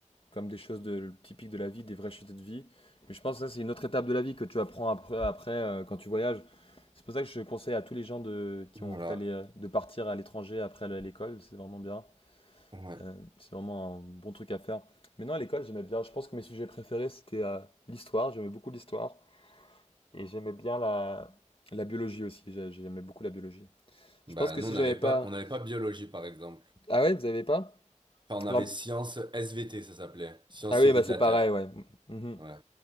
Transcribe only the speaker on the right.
Voilà.
Ouais.
Bah
nous,
on n'avait
pas, on n'avait pas biologie, par exemple.
Enfin, on avait
sciences SVT, ça s'appelait. Sciences
et vie
de la
Terre.
Ouais.